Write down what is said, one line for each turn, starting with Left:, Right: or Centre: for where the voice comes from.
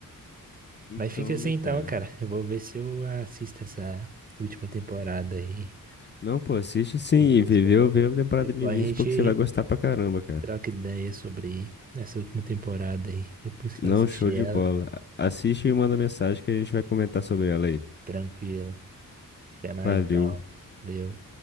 Left: Então,
Right: Mas fica assim
Left: né,
Right: então,
Left: cara?
Right: cara. Eu vou ver se eu assisto essa última temporada aí.
Left: Não, pô, assiste sim
Right: Isso.
Left: e viveu, vê vê a temporada
Right: Depois
Left: de Invincible
Right: a gente
Left: porque você vai gostar pra caramba, cara.
Right: troca ideia sobre essa última temporada aí, depois que
Left: Não,
Right: eu assisti
Left: show de
Right: ela.
Left: bola. A- Assiste e manda mensagem que a gente vai comentar sobre ela aí.
Right: Tranquilo. Até mais
Left: Valeu.
Right: então. Valeu.